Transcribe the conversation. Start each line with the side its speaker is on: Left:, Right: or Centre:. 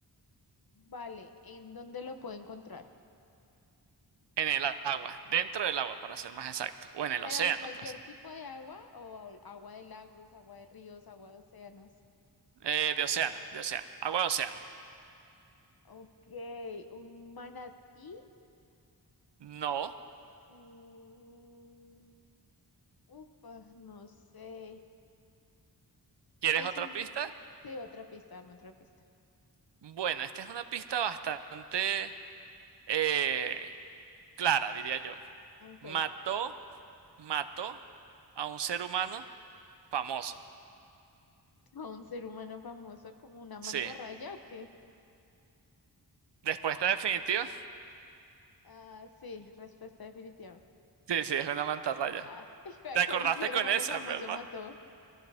Left: Vale, ¿en dónde lo puedo encontrar?
Right: en el agua, dentro del agua, para ser más exacto, o en el
Left: Pero
Right: océano,
Left: de cualquier
Right: pues.
Left: tipo de agua o agua de lagos, agua de ríos, agua de océanos.
Right: Eh, de océano, de océano, agua de océano.
Left: Ok, un manatí.
Right: No.
Left: Mm, upa, no sé.
Right: ¿Quieres
Left: Eso,
Right: otra pista?
Left: sí, otra pista, dame otra pista.
Right: Bueno, esta es una pista bastante eh, clara, diría yo.
Left: Ok,
Right: Mató, mató a un ser humano famoso.
Left: ¿a un ser humano famoso como una mantarraya
Right: Sí.
Left: o qué?
Right: Respuesta definitiva.
Left: Ah, sí, respuesta definitiva.
Right: Sí, sí, es una mantarraya.
Left: Ah, <laughs>
Right: ¿Te acordaste
Left: ¿cuál ser
Right: con
Left: humano
Right: esa,
Left: famoso
Right: verdad?
Left: mató?